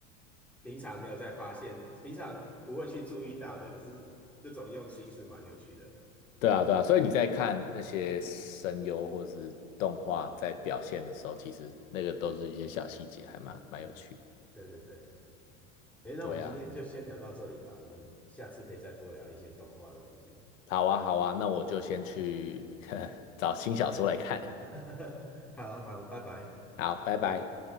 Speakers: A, in the centre; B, on the left.
A: 平常没有再发现，平常不会去注意到的，可是那种用心是蛮有趣的。
B: 对啊对啊，所以你在看那些声优或是动画在表现的时候，其实那个都是一些小细节，还蛮蛮有趣的。
A: 嗯嗯，对对对。诶，那我们今天就先聊到这里吧，
B: 对啊，
A: 我们下次可以再多聊一些动画的东西。
B: 好啊好啊，那我就先去 <laughs> 找新小说来看，
A: <laughs> 好好，拜拜。
B: 好，拜拜。